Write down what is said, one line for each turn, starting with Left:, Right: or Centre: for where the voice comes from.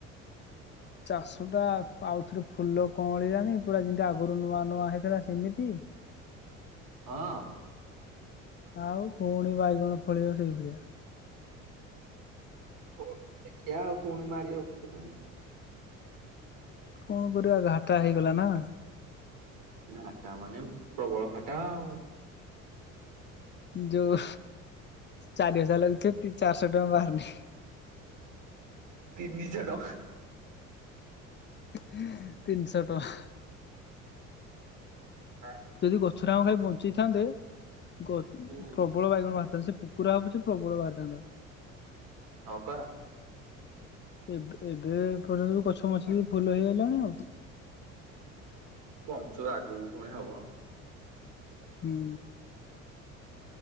Left: ଚାଷଟା ଆଉଥରେ ଫୁଲ କଁଳିଲାନି ପୁରା ଯେମିତି ଆଗରୁ ନୂଆ ନୂଆ ହେଇଥିଲା ସେମିତି।
Right: ହଁ।
Left: ଆଉ ପୁଣି ବାଇଗଣ ଫଳିବ ସେଇ ଭଳିଆ।
Right: ଓ ଦେଖିବା ଆଉ ପୁଣି ମାରିବା ଔଷଧ।
Left: କଣ କରିବା ଘାଟା ହେଇଗଲା ନା।
Right: ଘାଟା ମାନେ ପ୍ରବଳ ଘାଟା ଆଉ।
Left: ଯୋଉ ଚାରି ହଜାର ଲାଗେ଼ଇ ଥିବେ ଚାରିଶହ ଟଙ୍କା ବାହାରୁନି।
Right: ତିନିଶ ଟଙ୍କା।
Left: ହି ହେ ତିନିଶ ଟଙ୍କା।
Right: ଆଁ।
Left: ଯଦି ଗଛର ଆମେ ଖାଲି ବଞ୍ଚେଇଥାନ୍ତେ ଗ
Right: ହୁଁ।
Left: ପ୍ରବଳ ବାଇଗଣ ବାହାରିଥାନ୍ତେ ସେ କୁକୁରା ହଉ ପଛେ ପ୍ରବଳ ବାହାରିଥାନ୍ତା।
Right: ହଁ ପା।
Left: ଏ ଏବେ ପର୍ଯ୍ୟନ୍ତ ଗଛ ବଞ୍ଚିକି ଫୁଲ ହେଇଗଲାଣି ଆଉ।
Right: ବଞ୍ଚୁ ଆଗକୁ ପୁଣି ହବ।
Left: ହୁଁ।